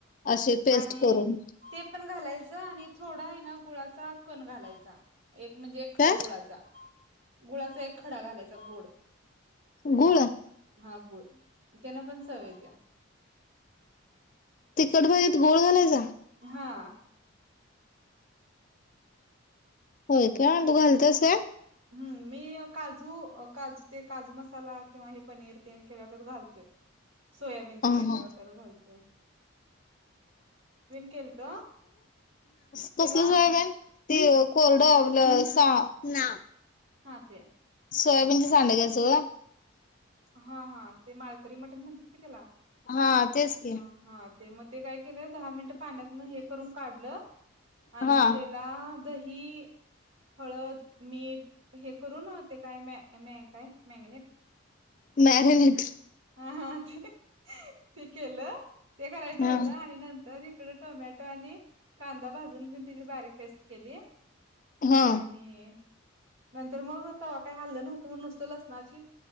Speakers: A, on the left; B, on the right.
A: अशी पेस्ट
B: आणि
A: करून
B: ते पण घालायचं आणि थोडा हाय ना गुळाचा कोण घालायचा? एक म्हणजे एक खडा
A: काय
B: गुळाचा गुळाचा एक खडा घालायचा गोड
A: गुळ
B: हा गुळ. त्यांना पण चव येत्या
A: तिखट भाजीत गूळ घालायचा.
B: हां.
A: होय का तू घालतेस आहे.
B: हम्म मी काजू-काजू ते काजू मसाला किंवा हे पनीर तेन केल्यावर त्यात घालतोय. सोयाबीनच
A: ह
B: केल्यावर
A: हा
B: त्याला घालते. केलत
A: <inaudible>
B: त्याला
A: कोरड <unintelligible>
B: हां ते
A: सोयाबीनच सांडग घ्यायच का?
B: हा हा ते माळकरी मटण म्हणत्यात की त्याला
A: हा तेच की
B: हा हा ते म ते काय केलं दहा मिनट पाण्यातन हे करून काढलं आणि
A: हा
B: त्याला दही हळद मीठ हे करून न -ते काय मॅ -मॅ काय मॅरीनेट
A: मॅरिनेट
B: हा हा ते- ते केलं ते करायला
A: हा
B: ठेवलं आणि नंतर <unintelligible> टोमॅटो आणि कांदा भाजून घेऊन तत्याची बारीक पेस्ट केलीए
A: हा
B: आणि नंतर मग आता काय हलल नव्हतं मग नुसतंत माझी